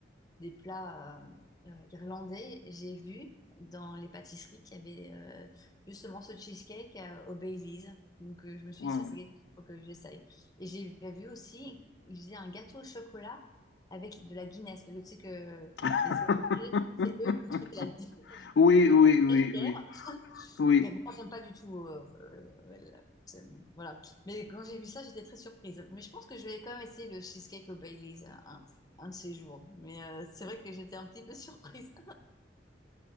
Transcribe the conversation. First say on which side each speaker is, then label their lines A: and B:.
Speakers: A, on the left; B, on the left.
A: des plats euh, euh, irlandais, j'ai vu dans les pâtisseries qu'il y avait euh, justement ce cheesecake euh, au Baileys. Donc euh, je me suis
B: waouh.
A: dit, ça c'est quelque chose faut que j'essaye. Et j'ai j'ai vu aussi, ils faisaient un gâteau au chocolat avec de la Guinness, parce que tu sais que
B: <laughs>
A: les Irlandais, c'est eux qui trouvent la Guinness.
B: Oui,
A: Je suis
B: oui, oui,
A: très fière.
B: oui, oui.
A: Mais moi, j'aime pas du tout. euh, euh, la- c'est- bon, voilà. Mais quand j'ai vu ça, j'étais très surprise. Mais je pense que je vais quand même essayer le cheesecake au Baileys un, un- un de ces jours. Mais euh, c'est vrai que j'étais un petit peu surprise.